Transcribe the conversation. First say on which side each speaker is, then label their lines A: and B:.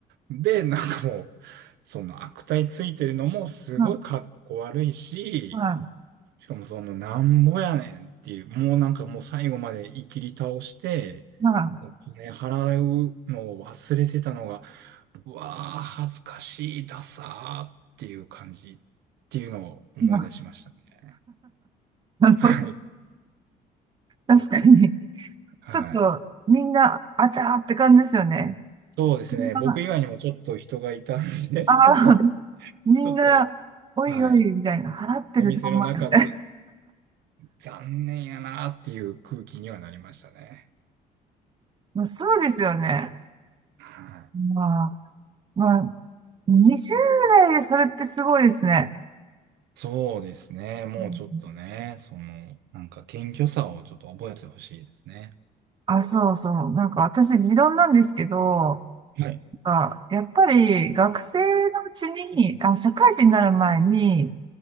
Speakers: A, on the right; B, on the right.
A: で、なんかもう、その悪態ついてるのもすごいかっこ悪いし、
B: い、は
A: しかもそのなんぼやねんっていう、もうなんかもう最後までいきり倒して、
B: い、は
A: お金払うのを忘れてたのが、うわー、恥ずかしい、ダサーっていう感じっていうのを思い出しましたね。
B: い。はいなるほど。
A: はい。
B: <laughs> 確かに、
A: はい。
B: ちょっと、みんな、あちゃーって感じですよね。
A: そうですね。
B: あ
A: 僕以外にもちょっと人がいたんで、
B: あー、
A: なんかもう、
B: みんな、
A: ちょっと、
B: おいおい、
A: はい。
B: みたいな、払ってるぞ、
A: お店の中で、
B: お前、みたいな。
A: 残念やなっていう空気にはなりましたね。
B: <laughs> まあ、そうですよね。
A: はい。
B: まあ、まあ、20代でそれってすごいですね。
A: そうですね。もうちょっとね、
B: うん
A: その、なんか謙虚さをちょっと覚えてほしいですね。
B: あ、そうそう。なんか私、持論なんですけど、
A: はい。
B: あ、やっぱり学生のうちに、あ、社会人になる前に、